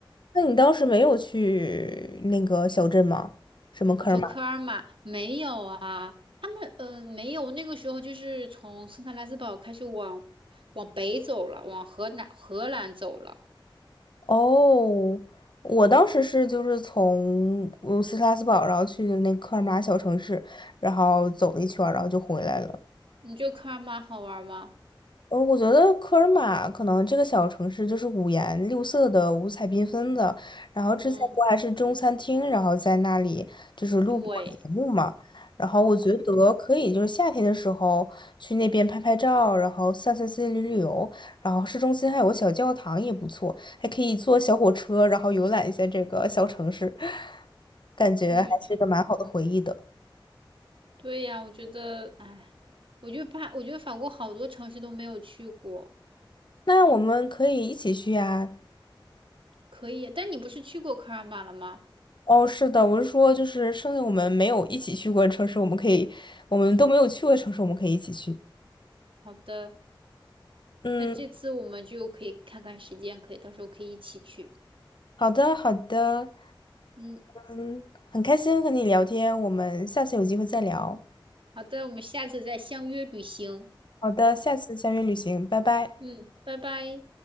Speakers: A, on the left; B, on the right.
A: 那你当时没有去那个小镇吗？什么科尔马？
B: 你说科尔玛没有啊？他们呃没有，那个时候就是从圣特莱斯堡开始往往北走了，往荷南荷兰走了。
A: 哦，我当时是就是从嗯斯特拉斯堡，然后去的那科尔马小城市，然后走了一圈儿然后就回来了。
B: 你觉得科尔玛好玩吗？
A: 嗯，我觉得科尔玛可能这个小城市就是五颜六色的、五彩缤纷的。然后之前不还是中餐厅，
B: 嗯，
A: 然后在那里就是录过节目嘛。
B: 对，
A: 然后我觉得可以，就是夏天的时候去那边拍拍照，然后散散心、旅旅游。然后市中心还有个小教堂也不错，还可以坐小火车，然后游览一下这个小城市，<laughs> 感觉还是一个蛮好的回忆的。
B: 我也觉对呀，我觉得，哎，我就怕，我觉得法国好多城市都没有去过，
A: 那我们可以一起去呀。
B: 可以。但你不是去过科尔玛了吗？
A: 哦，是的，我是说，就是剩下我们没有一起去过的城市，我们可以，我们都没有去过的城市，我们可以一起去。
B: 好的，
A: 嗯，
B: 那这次我们就可以看看时间，可以到时候可以一起去。
A: 好的，好的，
B: 嗯，
A: 嗯，很开心和你聊天，我们下次有机会再聊。
B: 好的，我们下次再相约旅行。
A: 好的，下次相约旅行，拜拜。
B: 嗯，拜拜。